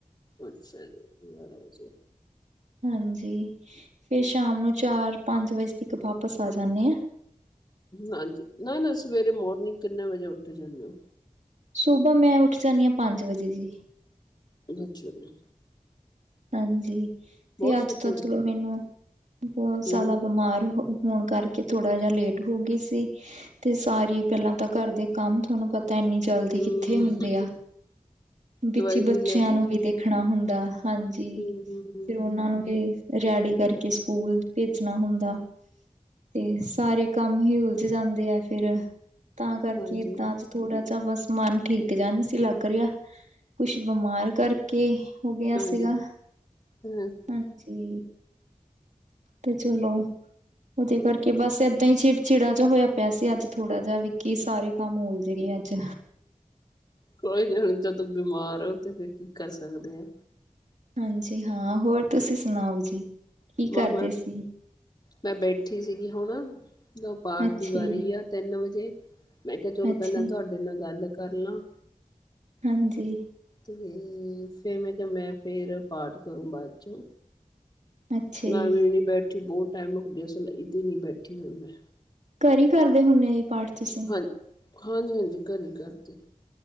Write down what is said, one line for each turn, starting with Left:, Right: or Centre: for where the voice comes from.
Left: ਅੱਛਾ ਜੀ, ਗਯਾਰਹਾ ਵਜੇ।
Right: ਹਾਂਜੀ, ਫੇਰ ਸ਼ਾਮ ਨੂੰ ਚਾਰ, ਪੰਜ ਵਜੇ ਤੱਕ ਵਾਪਸ ਆ ਜਾਂਦੇ ਹਾਂ।
Left: ਹਾਂਜੀ, ਨਾ- ਨਾ, ਸਵੇਰੇ ਮੋਰਨਿੰਗ ਕਿੰਨੇ ਵਜੇ ਉੱਠ ਜਾਂਦੇ ਹੋ?
Right: ਸੁਬਾ ਮੈਂ ਉੱਠ ਜਾਂਦੀ ਹਾਂ, ਪੰਜ ਵਜੇ ਜੀ।
Left: ਅੱਛਾ ਜੀ।
Right: ਹਾਂਜੀ, ਤੇ
Left: ਬਹੁਤ ਛੇਤੀ
Right: ਅੱਜ ਤੋਂ
Left: ਉੱਠਦੇ
Right: ਚਲੋ
Left: ਹੋ
Right: ਮੈਨੂੰ, ਬਹੁਤ ਜ਼ਿਆਦਾ
Left: ਹੂੰ
Right: ਬਿਮਾਰ ਹੋ। ਹੋਣ ਕਰਕੇ ਥੋੜਾ ਜਿਹਾ, ਲੇਟ ਹੋ ਗਈ ਸੀ। ਤੇ ਸਾਰੀ ਪਹਿਲਾਂ ਤਾਂ, ਘਰ ਦੇ ਕੰਮ ਤੁਹਾਨੂੰ ਪਤਾ ਇੰਨੀ ਜਲਦੀ
Left: ਹੂੰ
Right: ਕਿੱਥੇ ਹੁੰਦੇ ਆ। ਵਿੱਚ
Left: ਦਵਾਈ ਦਵੂਈ
Right: ਬੱਚਿਆਂ
Left: ਲੈ ਲਈ
Right: ਨੂੰ ਵੀ ਦੇਖਣਾ ਹੁੰਦਾ ਹਾਂਜੀ। ਜੀ
Left: ਹੂੰ
Right: ਫੇਰ ਉਹਨਾਂ ਨੂੰ ਵੀ, ਰਿਹਾੜੀ ਕਰਕੇ ਸਕੂਲ ਭੇਜਣਾ ਹੁੰਦਾ। ਤੇ ਸਾਰੇ ਕੰਮ ਹੀ, ਉਲਝ ਜਾਂਦੇ ਆ ਫੇਰ। ਤਾਂ ਕਰਕੇ
Left: ਹਾਂਜੀ
Right: ਏਦਾਂ ਚ ਥੋੜਾ ਜਿਹਾ, ਬਸ ਮਨ ਠੀਕ ਜਾਹਾ ਨਹੀਂ, ਸੀ ਲੱਗ ਰਿਹਾ। ਕੁਛ ਬਿਮਾਰ ਕਰਕੇ, ਹੋ ਗਿਆ
Left: ਹਾਂਜੀ
Right: ਸੀਗਾ
Left: ਹੂ
Right: ਹਾਂਜੀ ਤੇ ਚਲੋ ਉਹਦੇ ਕਰਕੇ ਬਸ ਏਦਾਂ ਹੀ ਚਿੜ ਚਿੜਾ ਜਿਹਾ ਹੋਇਆ ਪਿਆ ਸੀ, ਅੱਜ ਥੋੜਾ ਜਿਹਾ ਵੀ ਕੀ ਸਾਰੇ ਕੰਮ ਉਲਝ ਗਏ ਅੱਜ।
Left: ਕੋਈ ਨੀ, ਹੁਣ ਜਦੋਂ ਬਿਮਾਰ ਹੋ ਤੇ ਫਿਰ ਕੀ ਕਰ ਸਕਦੇ ਆ।
Right: ਹਾਂਜੀ ਹਾਂ, ਹੋਰ ਤੁਸੀਂ ਸੁਣਾਓ ਜੀ, ਕੀ
Left: ਮ
Right: ਕਰਦੇ ਸੀ।
Left: ਮੈਂ ਬੈਠੀ ਸੀਗੀ ਹੁਣ, ਪਾਠ
Right: ਅੱਛਾ
Left: ਦੀ ਵਾਰੀ
Right: ਜੀ
Left: ਆ, ਤਿੰਨ ਵਜੇ। ਮੈਂ ਕਿਹਾ, ਚਲੋ
Right: ਅੱਛਾ
Left: ਪਹਿਲਾਂ ਤੁਹਾਡੇ
Right: ਜੀ
Left: ਨਾਲ ਗੱਲ ਕਰ ਲਾਂ।
Right: ਹਾਂਜੀ
Left: ਤੇ ਫੇਰ, ਮੈਂ ਕਿਹਾ ਮੈਂ ਫੇਰ ਪਾਠ ਕਰੂੰ, ਬਾਅਦ ਚੋਂ।
Right: ਅੱਛਾ
Left: ਮੈਂ
Right: ਜੀ
Left: ਵੀ ਨੀ ਬੈਠੀ, ਬਹੁਤ ਟਾਈਮ ਹੋ ਗਿਆ, ਸਿਲਾਈ ਤੇ ਨੀ ਬੈਠੀ, ਹੁਣ ਮੈਂ
Right: ਘਰ ਹੀ ਕਰਦੇ ਹੁੰਦੇ, ਇਹ ਪਾਠ ਤੁਸੀਂ
Left: ਹਾਂ ਹਾਂਜੀ ਹਾਂਜੀ ਘਰੇ ਹੀ ਕਰਦੀ